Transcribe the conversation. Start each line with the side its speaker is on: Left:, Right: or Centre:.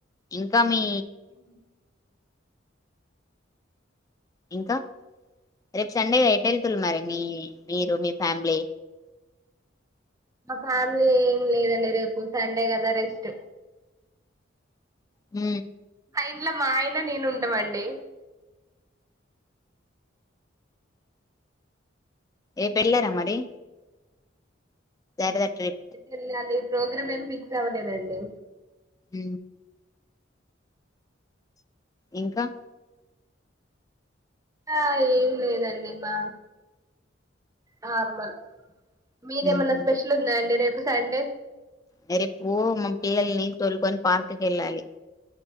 Left: ఇంకా మీ
Right: ఉ
Left: ఇంకా రేపు సండే కదా ఎటు వెళ్తున్నారు మరి మీ మీరు మీ ఫ్యామిలీ
Right: మా ఫ్యామిలీ ఏం లేదండి రేపు సండే కదా రెస్ట్
Left: ఊ
Right: మా ఇంట్లో మా ఆయన నేను ఉంటామండి దే
Left: ఏ పళ్ల రా అ మరి శారదా ట్రిప్
Right: అ అదే ప్రోగ్రామ్ ఏమి ఫిక్స్ అవ్వలేదండి.
Left: హ ఇంకా
Right: ఆ ఏం లేదండిమ్ మా నార్మల్ మీదేమన్నా
Left: ఉహు
Right: స్పెషల్ ఉన్నాయాండి రేపు. సండే
Left: ర రేపుూ మా పిల్లల్ని తొలుకొని పార్క్కి వెళ్ళాలి